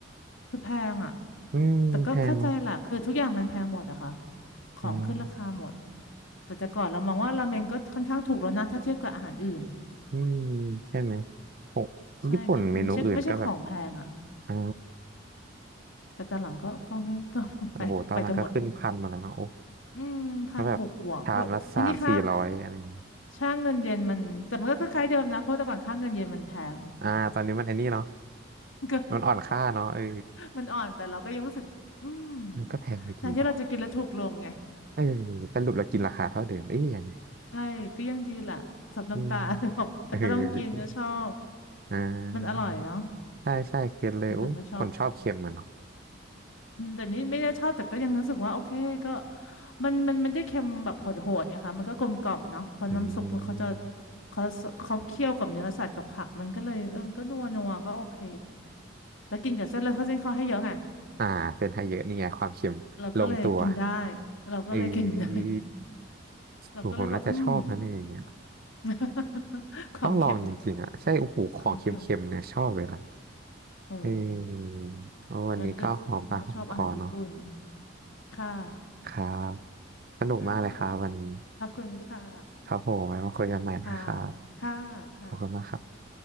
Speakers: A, on the left; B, on the right.
A: คือแพงอ่ะ
B: อืมแพงเนาะ
A: แต่ก็เข้าใจแหละคือทุกอย่างมันแพงหมดอะค่ะของขึ้นราคาหมด
B: อืม
A: แต่แต่ก่อนเรามองว่าราเมงก็ค่อนข้างถูกแล้วนะถ้าเทียบกับอาหารอื่น
B: อืมใช่ไหมโอ้
A: ใช่ก็คือไม่ใช่ไม่ใช่ของแพงอ่ะ
B: ญี่ปุ่นเมนูอื่นก็แบบอ่า
A: แต่ตอนหลังก็ก็ไม่ก็ <laughs>
B: โอ้โหตอนหลังก็ขึ้นพันมาแล้วนะโอ้
A: ไปไปกันหมดอืมพันบวกบวกก็ทีนี้ค่า
B: ก็แบบชามละสามสี่ร้อยอะไรอย่างงี้
A: ช่างเงินเยนมันแต่มันก็คล้ายๆเดิมนะเพราะแต่ก่อนค่าเงินเยนมันแพง
B: อ่าตอนนี้มันไอ้นี่เนาะ
A: <laughs> ก็
B: มันอ่อนค่าเนาะเออ
A: มันอ่อนแต่เราก็ยังรู้สึกอืม
B: มันก็แพงอยู่ดีเนาะ
A: แทนที่เราจะกินแล้วถูกลงไง
B: เออสรุปเรากินราคาเท่าเดิมเอ๊ยยังไง
A: ใช่ก็ยังดีแหละสับน้ำตา
B: อืม
A: <laughs> แบบ <laughs> แต่ก็ต้องกินก็ชอบ
B: เอออ่
A: มันอร่อยเนาะ
B: าใช่ใช่เก็ตเลยโอ้คนชอบเค็มอะเนาะ
A: ฉันก็ชอบ อืมแต่นี่ไม่ได้ชอบแต่ก็ยังรู้สึกว่าโอเคก็มันมันมันไม่ได้เค็มแบบโหดๆไงคะมันก็กลมกล่อมเนาะเพราะน้ำซุปมันเขาจะ
B: อืม
A: เขาเขาเคี่ยวกับเนื้อสัตว์กับผักมันก็เลยเออก็นัวนัวก็โอเคแล้วกินกับเส้นเลยเขาเส้นเขาให้เยอะไง
B: อ่าเส้นไทยเยอะนี่ไงความเค็มลงตัว
A: เราก็เลยกินได้เราก็เลยกินได้
B: เอ้ย
A: <laughs> เราก็เลยแบบอืม
B: โอ้โหผมน่าจะชอบนะเนี่ยอย่างเงี้ย
A: <laughs> ความเค็ม
B: ต้องลองจริงๆอ่ะใช่โอ้โหของเค็มๆเนี่ยชอบเลยนะ
A: ความเค็มโอ้
B: เออโอ้วันนี้ก็หอมปากหอมคอเนาะ
A: งั้นก็ก็ชอบอาหารญี่ปุ่นค่ะ
B: ครับสนุกมากเลยครับวันนี้
A: ค่ะขอบคุณค่ะ
B: ครับผมไว้มาคุยกันใหม่นะครับ
A: ค่ะค่ะค่ะ
B: ขอบคุณมากครับ